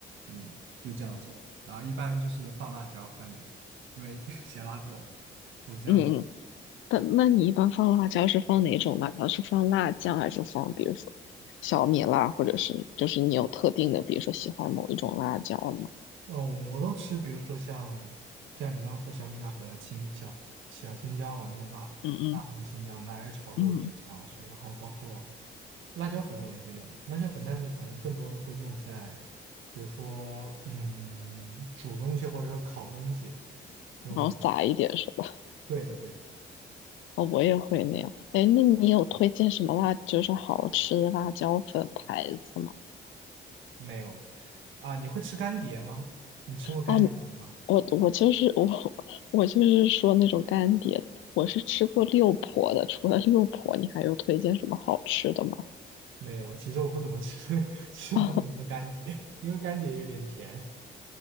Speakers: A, on the right (about 80°); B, on the left (about 80°).
A: 嗯，就这样做。然后一般就是放辣椒、放盐，因为 <laughs> 咸辣口，我这样。
B: 嗯，那那你一般放辣椒是放哪种辣椒？是放辣酱还是放比如说小米辣，或者是就是你有特定的，比如说喜欢某一种辣椒吗？
A: 嗯，我都吃，比如说像像你刚刚说小米辣和青小小青椒嘛，就是辣
B: 嗯嗯
A: 辣那青椒拿来炒肉其实挺好吃。
B: 嗯，
A: 然后包括辣椒粉我也会用辣椒粉，但是可能更多的会用在比如说嗯煮东西或者说烤东西。用粉，
B: 然后撒一点是吧？<laughs>
A: 对的对的。
B: 哦，我也会那样。哎，那你有推荐什么辣，就是好吃的辣椒粉牌子吗？
A: 没有啊，你会吃干碟吗？你吃过干碟粉吗？
B: 啊，我我就是我我就是说那种干碟的我是吃过六婆的。除了六婆，你还有推荐什么好吃的吗？
A: 没有，其实我不怎么吃 <laughs> 吃那么多干碟，
B: <laughs> 啊，
A: 因为干碟有点甜